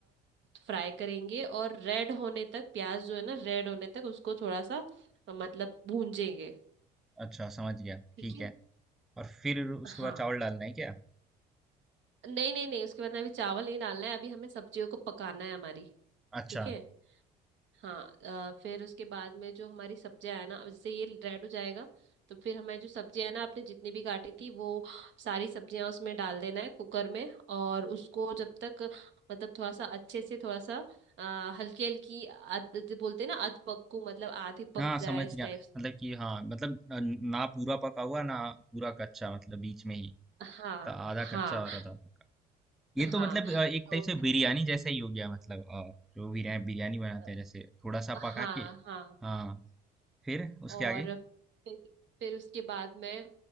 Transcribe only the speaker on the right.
फ्राई करेंगे और रेड होने तक प्याज जो है ना रेड होने तक उसको थोड़ा सा अ, मतलब भूंजेंगे
ठीक
है
हाँ
नहीं नहीं नहीं उसके बाद में अभी चावल नहीं डालना है अभी हमें सब्जियों को पकाना है हमारी
ठीक है हाँ अ, फिर उसके बाद में जो हमारी सब्जियां है ना अब जैसे ये रेड हो जाएगा तो फिर हमारी जो सब्जियां है ना आपने जितनी भी काटी थी वो सारी सब्जियां उसमें डाल देना है कुकर में और उसको जब तक मतलब थोड़ा सा अच्छे से थोड़ा सा आ, हल्की हल्की अध जो बोलते हैं ना अध पक्कू मतलब आधे पक
जाए
इस
टाइप
हाँ
हाँ
हाँ
तो
अ,
हाँ
हाँ
और
फिर फिर उसके बाद में